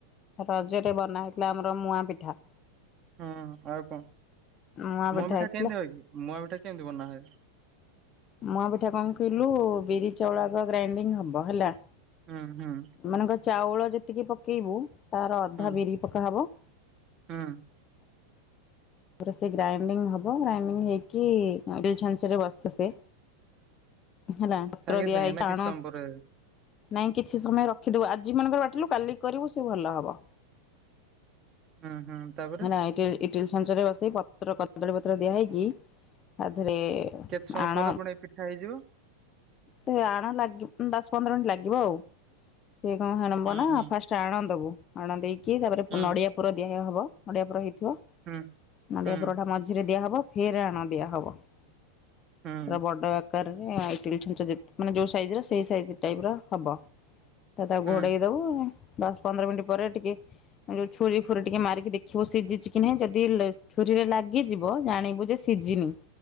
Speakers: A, on the left; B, on the right.
A: ରଜରେ ବନା ହେଇଥିଲା ଆମର ମୁଆଁ ପିଠା।
B: ହୁଁ ଆଉ କଣ,
A: ମୁଆଁ ପିଠା
B: ମୁଆ ମିିଠା
A: ହେଇଥିଲା।
B: କେମିତି ହ କି ମୁଆ ପିଠା କେମିତି ବନା ହୁଏ?
A: ମୁଁଆ ପିଠା କଣ କହିଲୁ ବିରି ଚାଉଳ ଆଗ ଗ୍ରାଇଣ୍ଡିଙ୍ଗ ହବ ହେଲା।
B: ହୁଁ ହୁଁ।
A: ମାନେ ଙ୍କ ଚାଉଳ ଯେତିକି ପକେଇବୁ ତାର ଅଧା
B: ହୁଁ
A: ବିରି ପକାହବ।
B: ହୁଁ।
A: ତାପରେ ସେ ଗ୍ରାଇଣ୍ଡିଙ୍ଗ ହବ ଗ୍ରାଇଣ୍ଡିଙ୍ଗ ହେଇକି ଇଟିଲି ଛାଞ୍ଚ ରେ ବସେ ସେ। ହେଲା ପତ୍ର
B: ସାଙ୍ଗେ
A: ଦିଆ
B: ସାଙ୍ଗେ
A: ହେଇକି
B: ନା କିଛି
A: ଆଣ
B: ସମୟ ପରେ?
A: ନାଇଁ କିଛି ସମୟ ରଖିଦବୁ, ଆଜି ମନେକର ବାଟିଲୁ କାଲିକି କରିବୁ ସେ ଭଲ ହବ।
B: ହୁଁ ହୁଁ ତାପରେ
A: ହେଲା ଏଇଟର ଇ ଚ୍ଛାଞ୍ଚରେ ବସେଇ ପତ୍ର କଦଳୀ ପତ୍ର ଦିଆହେଇକି ତା ଦେହରେ
B: କେତେ ସମୟ
A: ଆଣ
B: ପରେ ପୁଣି ଏ ପିଠା ହେଇଯିବ।
A: ସେ ଆଣ ଲାଗ ଦଶ ପନ୍ଦର ମିନିଟ ଲାଗିବ ଆଉ, ସିଏ କଣଣବ
B: ହୁଁ
A: ନା
B: ହୁଁ
A: ଫାଶ୍ ଚାଣ ଦେବୁ, ଆଣ ଦେଇକି ତାପରେ
B: ହୁଁ
A: ପୁ ନଡ଼ିଆ ପୁର ଦିଆ ହେବ ନଡ଼ିଆ ପୁର ହେଇଥିବ।
B: ହୁଁ।
A: ନଡ଼ିଆ
B: ହୁଁ
A: ପୁରଟା ମଝିରେ ଦିଆହବ ଫେରେ ଆଣ ଦିଆହବ ତାର
B: ହୁଁ
A: ବଡ ଗା ଆକାରରେ ଇଟିଲ୍ ଛାଞ୍ଚ ଯେ ମାନେ ଯୋଉ ସାଇଜର ସେଇ ସାଇଜ ଟାଇପି ର ହବ। ତ ତାକୁ
B: ହୁଁ
A: ଘୋଡେଇ ଦବୁ ଦଶ ପନ୍ଦର ମିନିଟ୍ ପରେ, ଟିକେ ଯୋଉ ଛୁୁରୀ ଫୁରି ଟିକେ ମାରିକି ଦେଖିବୁ ସିଝିଛି କି ନାହିଁ ଯଦି ଦିଲେ ଛୁରୀରେ ଲାଗିଯିବ ଜାଣିବୁ ଯେ ଶି ସିଝିନି